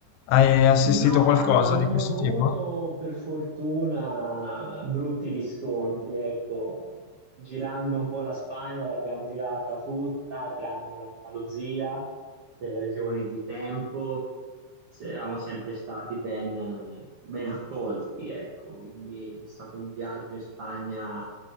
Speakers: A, on the left; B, on the right.
A: Hai assistito
B: No,
A: qualcosa
B: allora non
A: di questo
B: ho avuto
A: tipo?
B: per fortuna brutti riscontri, ecco, girando un po' la Spagna l'abbiamo girata tutta, tranne l'Andalusia, per ragioni di tempo. se- eravamo sempre stati ben, ben accolti, ecco, quindi è stato un viaggio in Spagna